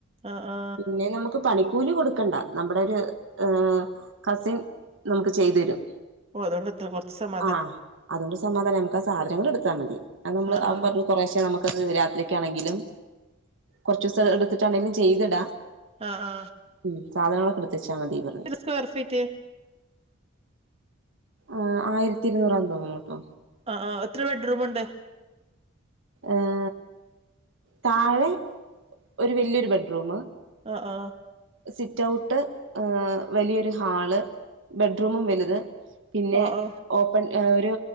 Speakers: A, on the right; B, on the right.
A: ആ ആ
B: പിന്നെ നമ ക്ക് പണിക്കൂലി കൊടുക്കണ്ട നമ്മുടെ ഒരു ഏഹ് കസിൻ നമുക്ക് ചെയ്തെരും.
A: ഓലോട്ന്നെ <unintelligible>
B: ആഹ്! അതുകൊണ്ട് സമാധാനം! നമുക്ക് ആ സാധനങ്ങൾ എടുത്താ മതി അഹ് നമ്മള്
A: ആ
B: അവൻ
A: ആ
B: പറഞ്ഞു കുറേശ നമുക്ക് ഇത് രാത്രിക്കാണെങ്കിലും കൊർച്ചോസം എടുത്തിട്ടാണെങ്കിലും ചെയ്തിടാ
A: ആ ആ
B: ഉം. സാധനങ്ങളൊക്കെ എട്ത്തച്ചാ മതിപറഞ്
A: സ്ക്വയർഫീറ്റ്
B: ആഹ്! ആയിരത്തി ഇരുന്നൂറ് തോന്നണുട്ടോ
A: ആഹ് ആഹ് എത്ര ബെഡ്റൂമുണ്ട്?
B: ഏഹ് താഴെ ഒരു വല്ല്യോരു ബെഡ്റൂമ്
A: അഹ് ആഹ്!
B: സിറ്റ്ഔട്ട്, ആഹ് വല്ല്യോരു ഹാള്, ബെഡ്റൂമും വലുത് പിന്നെ
A: ആ ആ
B: ഓപ്പൺ ഒരു